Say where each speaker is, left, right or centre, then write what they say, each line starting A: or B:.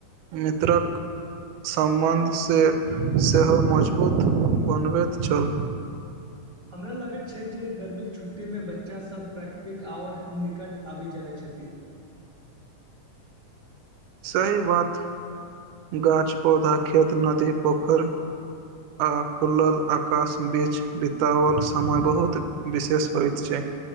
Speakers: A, on the right (about 85°); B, on the right (about 30°).
A: मित्र कऽ सम्बन्ध से सेहो मजबूत बनबैत छल
B: हमरा लगैत छै जे गर्मी छुट्टीमे बच्चासब प्राकृतिक आओर निकट आबि जाइत छथि
A: सही बात गाछ पौधा खेत नदी पोखर आ खुलल आकाश बीच बिताओल समय बहुत विशेष होइत छै